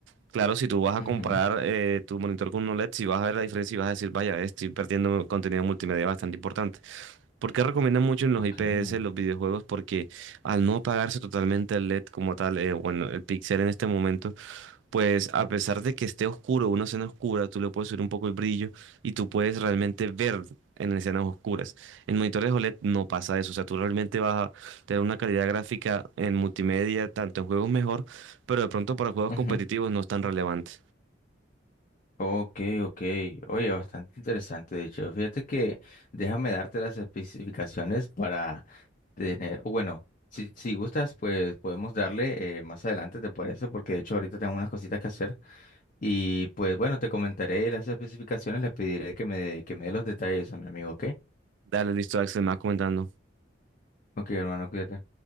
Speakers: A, on the right (about 70°); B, on the left (about 45°).
A: Claro, si tú vas a
B: ujú.
A: comparar eh, tu monitor con un OLED, si vas a ver la diferencia y vas a decir, vaya, estoy perdiendo contenido multimedia bastante importante. ¿Por qué recomiendan mucho en los
B: Okay.
A: IPS los videojuegos? Porque al no apagarse totalmente el LED como tal, eh, bueno, el pixel en este momento. Pues a pesar de que esté oscuro, una escena oscura, tú le puedes subir un poco el brillo y tú puedes realmente ver en escenas oscuras. En monitores OLED no pasa eso, o sea, tú realmente vas a tener una calidad gráfica en multimedia, tanto en juegos mejor, pero de pronto para juegos
B: Ujú.
A: competitivos no es tan relevante.
B: Okay, okay. Oye, bastante interesante, de hecho. Fíjate que déjame darte las especificaciones para tener, o bueno, si, si gustas, pues podemos darle eh, más adelante, ¿te parece? Porque de hecho ahorita tengo unas cositas que hacer. Y pues bueno, te comentaré las especificaciones, le pediré que me, que me dé los detalles a mi amigo, ¿ok?
A: Dale, listo, Axel, más comentando.
B: Ok, hermano, cuídate.